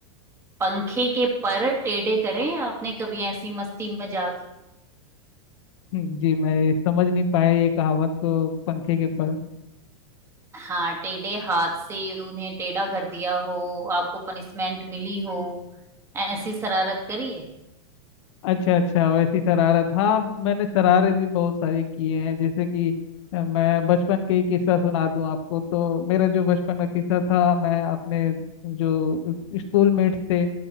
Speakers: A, on the right; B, on the left.
A: पंखे के पर टेढ़े करे आपने कभी ऐसी मस्ती मजाक
B: हम्म, जी मैं समझ नहीं पाया ये कहावत को पंखे के पर
A: हाँ टेढ़े हाथ से उन्हें टेढ़ा कर दिया हो आपको पनिशमेंट मिली हो ऐसी शरारत करी है
B: अच्छा अच्छा वैसी शरारत हाँ मैंने शरारत भी बहुत सारी की हैं जैसे कि अ, मैं बचपन के ही किस्सा सुना दूं आपको तो मेरा जो बचपन का किस्सा था मैं अपने जो स्कूल मेट्स थे